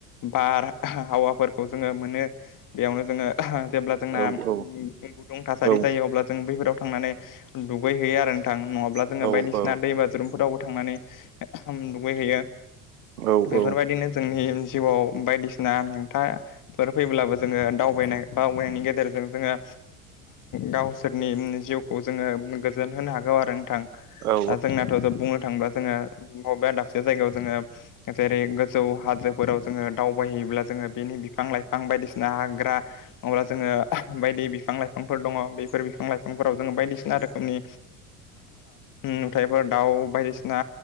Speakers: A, on the left (about 45°); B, on the right (about 85°).
A: बार हावाफोरखौ जोङो मोनो बेयावनो जोङो जेब्ला जोंना
B: औ औ
A: गुदुं थासारि
B: औ
A: जायो अब्ला जों बैफोराव थांनानै दुगै हैैयो आरो थां नङाब्ला
B: औ
A: जोङो बायदिसिना
B: औ
A: दै बाजुरुमफोरावबो थांनानै दुगैहैयो
B: औ
A: बेफोरबायदिनो
B: औ
A: जोंनि जिउआव बायदिसिना हेंथाफोर फैब्लाबो जोङो दावबायनाय बावबायनायनि गेजेरजों जोङो गावसोरनि जिउखौ जोङो गोजोन होनो हागौ आरो नोंथां
B: औ
A: द जोंनााथ' बुंनो थांब जोङो बबे दाबसे जायगायाव जोङो जेरै गोजौ हाजोफोराव जोङो दावबायोब्ला जो बेनि बिफां लाइफां बायदिसिना हाग्रा अङब्ला जोङो बायदि बिफां लाइफांफोर दङ बेफोर बिफां लाइफांफोराव जोङो बायदिसिना रोखोमनि नुथायफोर दाउ बायदिसिना